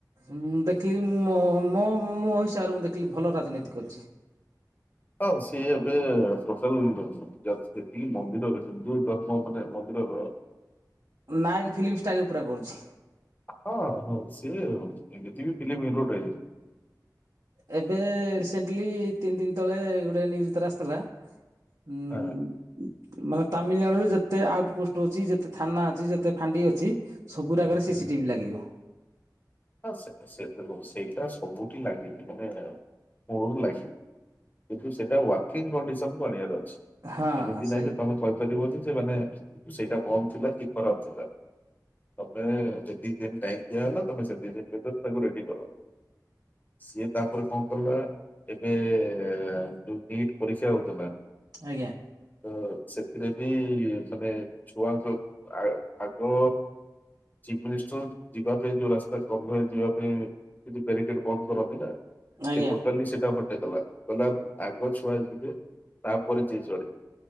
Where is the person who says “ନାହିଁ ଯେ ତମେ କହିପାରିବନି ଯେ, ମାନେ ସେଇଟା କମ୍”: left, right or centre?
Left